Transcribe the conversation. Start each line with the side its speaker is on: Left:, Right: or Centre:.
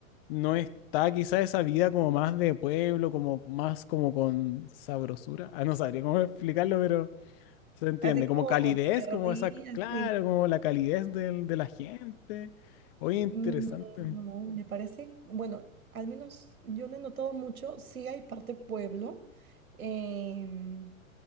Left: no está quizás esa vida como más de pueblo, como más como con sabrosura. Ah, no sabría cómo <laughs> explicarlo, se entiende,
Right: Así como
Left: como calidez,
Right: picardía,
Left: como esa, claro,
Right: sí.
Left: como la calidez del- de la gente. Oye, interesante.
Right: Mm, No, me parece, bueno, al menos yo no he notado mucho, sí hay parte pueblo, em,